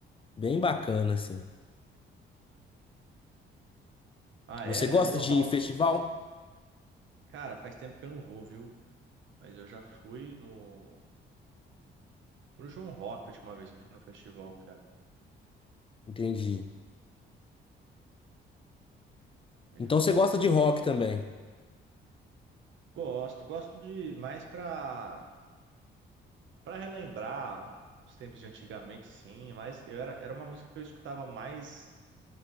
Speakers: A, on the left (about 25°); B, on the right (about 75°).
A: bem bacana, assim.
B: Ah,
A: Você
B: é,
A: gosta
B: é Lollapalooza.
A: de ir em festival?
B: Cara, faz tempo que eu não vou, viu? Mas eu já fui no fui no João Rock a última vez que eu fui no festival, cara.
A: Entendi.
B: Em
A: Então
B: João
A: você
B: Rock.
A: gosta de rock também?
B: Gosto, gosto de mais pra para relembrar os tempos de antigamente, sim, mas eu era, era uma música que eu escutava mais